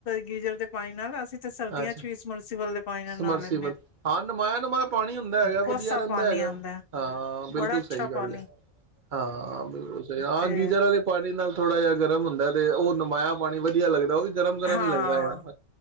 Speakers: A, on the left; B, on the right.
A: ਗੀਜਰ ਦੇ ਪਾਣੀ ਨਾਲ ਅਸੀਂ ਤੇ ਸਰਦੀਆਂ
B: ਅੱਛਾ
A: ਚ ਵੀ ਸਮਰਸਿਬਲ। ਪਾਣੀ
B: ਸਮਰਸੀਬਲ
A: ਨਾਲੇ
B: ਹਾਂ ਨਮਾਇਆ, ਨਮਾਇਆ ਪਾਣੀ ਹੁੰਦਾ ਹੈਗਾ
A: ਕੋਸਾ
B: ਵਧੀਆ ਰਹਿੰਦਾ
A: ਪਾਣੀ
B: ਹੈਗਾ
A: ਆਂਦਾ
B: ਹਾਂ ਬਿਲਕੁਲ
A: ਬੜਾ ਅੱਛਾ
B: ਸਹੀ ਗੱਲ
A: ਪਾਣੀ
B: ਹੈ। ਹਾਂ ਬਿਲਕੁਲ ਸਹੀ ਹਾਂ
A: ਤੇ
B: ਗੀਜਰ ਵਾਲੇ ਪਾਣੀ ਨਾਲ ਥੋੜ੍ਹਾ ਜਿਹਾ ਗਰਮ ਹੁੰਦਾ। ਤੇ ਉਹ ਨਮਾਇਆ ਪਾਣੀ ਵਧੀਆ ਲੱਗਦਾ ਉਹ ਵੀ ਗਰਮ ਗਰਮ
A: ਹਾਂ
B: ਹੀ ਲੱਗਦਾ ਹੈਗਾ